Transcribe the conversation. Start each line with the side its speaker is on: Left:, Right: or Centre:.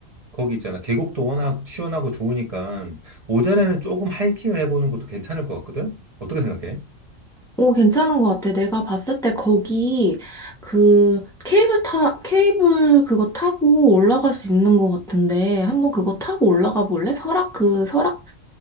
Right: 거기 있잖아. 계곡도 워낙 시원하고 좋으니까 오전에는 조금 하이킹을 해보는 것도 괜찮을 것 같거든? 어떻게 생각해?
Centre: 오, 괜찮은 것 같아. 내가 봤을 때 거기 그 케이블 타, 케이블 그거 타고 올라갈 수 있는 것 같은데 한번 그거 타고 올라가 볼래? 설악 그 설악,